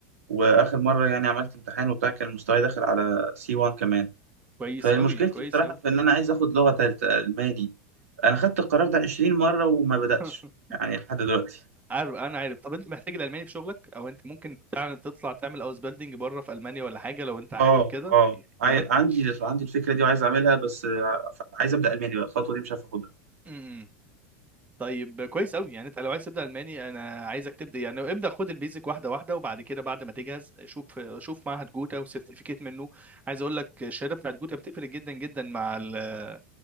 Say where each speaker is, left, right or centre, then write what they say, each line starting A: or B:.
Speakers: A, on the right; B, on the right.
A: واخر مره يعني عملت امتحان وبتاع كان المستوى داخل على سي 1 كمان
B: كويس
A: فمشكلتي
B: قوي كويس
A: بصراحه
B: قوي
A: في ان انا عايز اخد لغه ثالثه الماني انا خدت القرار ده 20 مره وما بداتش
B: <laughs>
A: يعني لحد دلوقتي
B: عارف انا عارف طب انت محتاج الالماني في شغلك او انت ممكن فعلا تطلع تعمل اوس بيلدينج بره في المانيا ولا حاجه لو انت حابب
A: اه
B: كده
A: اه
B: يعني
A: عاي-
B: انت
A: عندي
B: امم
A: عندي الفكره دي وعايز اعملها بس آه، عايز ابدا الماني بقى الخطوه دي مش عارف اخدها
B: إمم. طيب كويس قوي يعني انت لو عايز تبدا الماني انا عايزك تبدا يعني ابدا خد البيزك واحده واحده وبعد كده بعد ما تجهز شوف شوف معهد جوتا وسيرتيفيكيت منه عايز اقول لك الشهاده بتاعت جوتا بتفرق جدا جدا مع ال